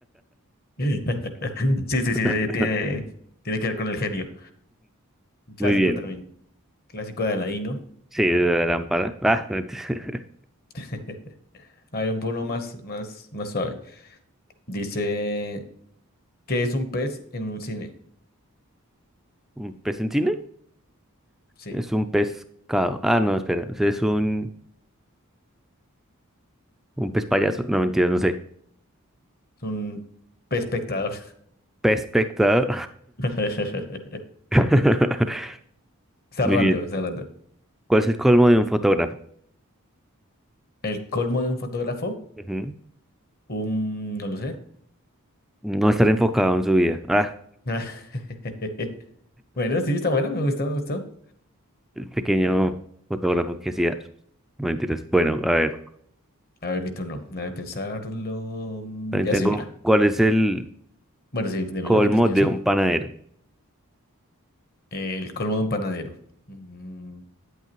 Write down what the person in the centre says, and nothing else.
<laughs>
Muy bien.
Sí, de la lámpara. Ah, <laughs> mentira.
¿un pez en cine?
Es un pescado. Ah, no, espera. Es un, un pez payaso. No, mentira, no sé.
Pez espectador.
<laughs>
Muy
bien.
¿Cuál es el colmo de un fotógrafo?
Ujú.
No estar enfocado en su vida. Ah,
el pequeño fotógrafo que hacía. No, Mentiras. Bueno, a ver.
También
tengo.
¿Cuál es el
colmo
de un panadero?